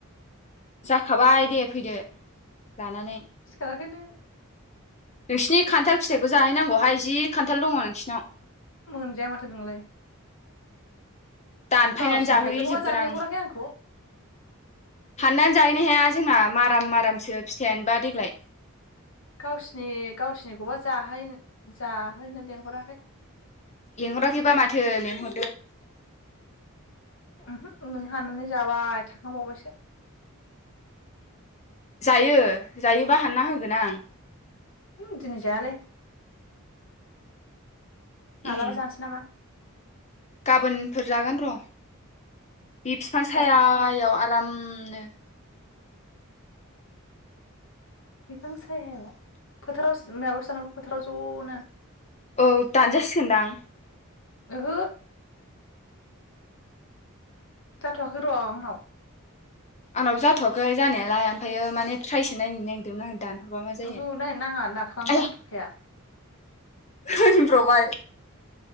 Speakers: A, on the left; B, on the left.
A: जाखाबाय दे फैदो। लानानै
B: सिखाराखैनो
A: नोंसिनि खान्थाल फिथाइखौ जाहैनांगौहाय जि खान्थाल दङ नोंसिनाव।
B: मोनजाया माथो नोंलाय।
A: दानफायनानै
B: गावसिनि
A: जाहोहैजोबगोन
B: थाइजौखौबा जानो
A: आं
B: लें हराखै आंखौ।
A: हाननानै जाहैनो हाया जोंना माराम मारामसो फिथाइयानोबा देग्लाय।
B: गावसिनि गावसिनिखौबा जाह जाहोनो लिंहराखै।
A: लिंहरा खैबा माथो लेंह ओं।
B: ओहो नों हानानै जाबाय थांखांबावबायसो।
A: जायो जायोबा हानना होगोन आं।
B: होम दिनै जायालै। मालाबा
A: उम
B: जानसै नामा?
A: गाबोनफोर जागोन र'। बे फिफां
B: जाबाय
A: साया याव आराम। उमनो।
B: बिफां सायाव फोथाराव जोंनियाबो <unintelligible> फोथाराव ज नो।
A: औ दान जासिगोनदां।
B: ओहो। जाथ'वाखै र' आंनाव।
A: आंनाब जाथ'वाखै जानायालाय ओमफ्रायो माने ट्राइसो नायनो नागिरदोंमोन आङो। दानहरबा मा जायो
B: ओहो नायनाङा दाखालाम
A: आया
B: दांथारखाया।
A: होनब्रबाय।